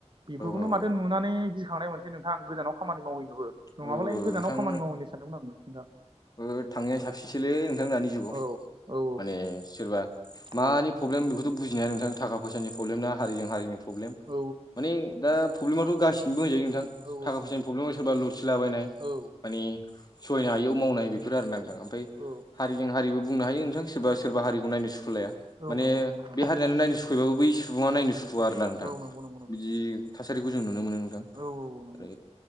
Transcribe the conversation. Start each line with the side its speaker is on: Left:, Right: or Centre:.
Right: बिफोरखौनो
Left: औ
Right: माथो
Left: औ
Right: नुनानै गिखांनाय मोनसै नोंथां गोजानाव खामानि मावहैनोबो
Left: औ
Right: नङाबालाय गोजानाव
Left: नोंथां
Right: खामानि मावहैनो सानदोंमोन आंबो
Left: ओ थाङियानो साबसिनसोलै नोंथां दानि जुगाव
Right: औ औ
Left: माने सोरबा
Right: औ
Left: मानिफ फब्लेम बेखौथ बुजिनाया नोंथां थाखा फैसानि फब्लेम ना हारिजों हारिनि फब्लेम
Right: औ
Left: माने दा फब्लेमाथ गासिनोबो होनजायो नोंथां
Right: औ
Left: थाखा फैसानि फब्लेमाव सोरबा लुथिलाबायनाय
Right: औ
Left: माने सहायनो हायियाव मावनाय बिफोर आरो ना नोंथां प्राय
Right: औ
Left: हारिजों हारिबो बुंनो हायो नोंथां सोरबा सोरबा हारिखौ नायनो सुखुलाया
Right: औ
Left: माने
Right: नंगौ नंगौ नोंथां
Left: बे हारियानो नायनो सुख फैबाबो बै सुबुङा नायनो सुखुवा आरोना नोंथां
Right: औ नंगौ नंगौ नोंथां
Left: बिदि थासारिखौ जों नुनो मोनो नोंथां
Right: औ औ नंगौ
Left: आरो